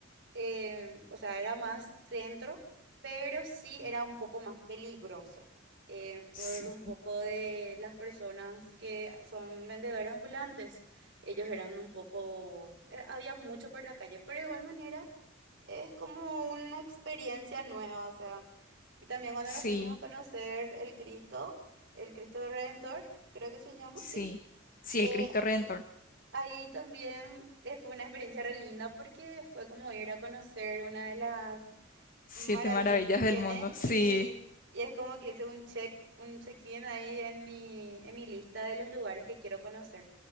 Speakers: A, on the right; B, on the left.
A: eh, o sea, era más centro, pero sí era un poco más peligroso eh, por
B: Sí,
A: un poco de las personas que son vendedores ambulantes. Ellos eran un poco, eh, había mucho por la calle, pero de igual manera es como una experiencia nueva, o sea, y también cuando
B: sí,
A: nos fuimos a conocer el Cristo, el Cristo Redentor, creo que se llama,
B: sí.
A: sí.
B: Sí,
A: Eh,
B: el Cristo Redentor.
A: Ahí también eh, fue una experiencia re linda porque fue como ir a conocer una de las
B: Siete
A: maravillas
B: maravillas
A: que tiene
B: del mundo. Sí,
A: y, y es como que hice un check, un check-in ahí en mi, en mi lista de los lugares que quiero conocer.